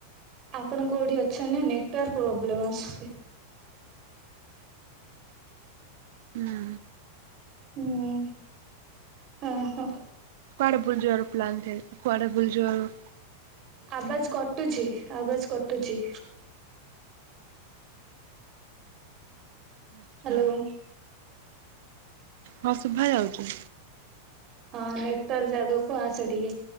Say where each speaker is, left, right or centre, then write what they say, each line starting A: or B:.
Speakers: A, on the right (about 35°); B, on the right (about 50°).
A: ଆପଣ କୋଉଠି ଅଛନ୍ତି ନେଟୱାର୍କ ପ୍ରୋବ୍ଲେମ୍ ଆସୁଛି?
B: ନା।
A: ହୁଁ, ଓହୋ।
B: କୁଆଡେ ବୁଲିଯିବାର ପ୍ଲାନ୍ ଥିଲା, କୁଆଡେ ବୁଲି ଯିବାର
A: ଆବାଜ୍ କଟୁଛି, ଆବାଜ୍ କଟୁଚି।
B: ଆଛା
A: ହ୍ୟାଲୋ।
B: ହଁ, ଶୁଭା ଯାଉଛି।
A: ହଁ ନେଟୱାର୍କ ଜାଗାକୁ ଆସ ଟିକେ,